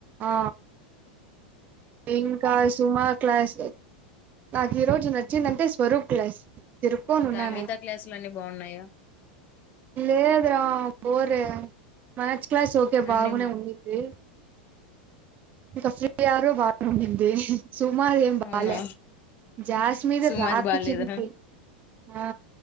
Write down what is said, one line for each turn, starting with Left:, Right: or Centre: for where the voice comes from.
Right: ఆ ఇంకా సుమ క్లాస్ నాకు ఈ రోజు నచ్చిందంటే స్వరూప్ క్లాస్ తిరుక్కోనున్నా
Left: ఇంకా మిగతా క్లాసులు అన్ని బాగున్నాయా
Right: లేదు రా పోరే మ్యాచ్ క్లాస్ ఓకే బాగునే
Left: అన్ని
Right: ఉండిది ఇంక అసలే యారో బాత్ రూమ్ ఉనింది సుమ ఏం బాలే
Left: అవునా
Right: జాస్మి దే
Left: సుమది
Right: రాపి
Left: బాలేదా
Right: చింది ఆ